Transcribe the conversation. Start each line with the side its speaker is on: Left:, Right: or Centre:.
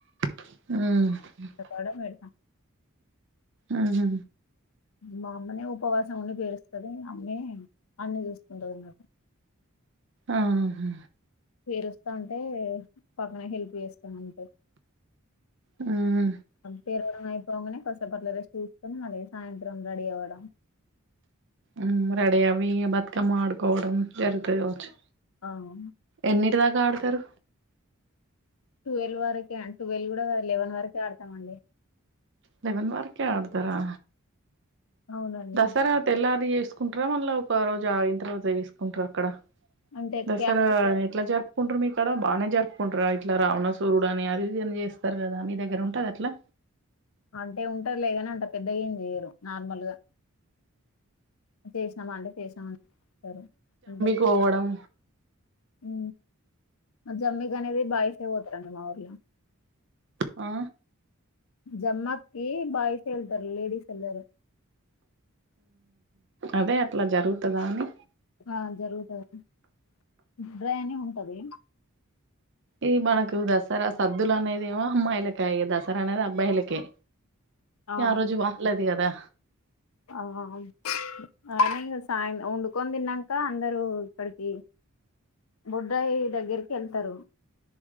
Right: ఊహూ
Left: పొడ పెడతా
Right: ఆహా
Left: మా అమ్మనే ఉపవాసం ఉండి పేరుస్తది అమ్మే అన్నీ చూసుకుంటది అన్నట్టు
Right: ఆహా
Left: పేరుస్తా ఉంటే పక్కన హెల్ప్ చేస్తాం అంతే
Right: అవునా
Left: అమ్ పేరవడం అయిపోంగనే కాసేపు అట్ల రెస్ట్ తీసుకుని మళ్లీ సాయంత్రం రెడీ అవ్వడం
Right: ఉమ్ రెడీ అవి బతుకమ్మ ఆడుకోవడం జరుగుతది కావచ్చు
Left: అవు
Right: ఎన్నిటి దాకా ఆడుతారు
Left: టువల్వ్ వరకే టువెల్ కూడా లెవెన్ వరకే ఆడుతామండి
Right: లెవెన్ వరకే ఆడుతరా
Left: అవునండి
Right: దసరా తెల్లారి చేసుకుంటరా మల్ల ఒక రోజు ఆగిన తరువాత చేసుకుంటరా అక్కడ
Left: అంటే
Right: దసరా
Left: క్యా
Right: ఎట్ల జరు కుంటారు మీ కాడ బానే జరుపుకుంటరా ఇట్ల రావణాసురుడు అని అది ఇది అని చేస్తారు కదా మీ దగ్గర ఉంటదా అట్లా
Left: అంటే ఉంటారులే గానీ అంత పెద్దగా ఏం చెయ్యరు నార్మల్ గా చేసినాము అంటే చేసినామం టారు అంటే
Right: పోవడం
Left: ఊ ఆ జమ్మి గనేది బాయ్స్ యే పోతారండి మా ఊర్ల
Right: ఆ
Left: జమ్మి ఆకుకి బాయ్స్ యే ఎళ్తారు లేడీస్ ఎళ్లరు
Right: అదే అట్లా జరుగుతదా అని
Left: ఆ జరుగుతాది <inaudible> డ్రాయి అని ఉంటది
Right: ఇది మనకు దసరా సద్దులు అనేది ఏమో అమ్మాయిలకాయె దసరా అనేది అబ్బాయిలకే
Left: ఆ
Right: ఆరోజు వాహ్ళది కదా
Left: ఆం అరన ఇగ సాయం వొండుకొని తిన్నాంక అందరూ ఇక్కడికి బొడ్రాయి దగ్గరికి ఎళ్తరు